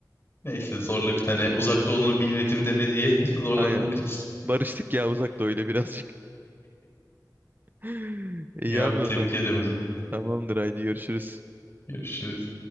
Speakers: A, on the left; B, on the right.
A: Neyse zorla bir tane Uzak Doğu'nu bilmedim deme diye <laughs> zorladım
B: Aynen.
A: biraz.
B: Barıştık ya uzak öyle birazcık. <laughs> İyi
A: Ya
B: abi
A: abi tebrik
B: o zaman.
A: ederim o zaman.
B: Tamamdır haydi görüşürüz.
A: Görüşürüz.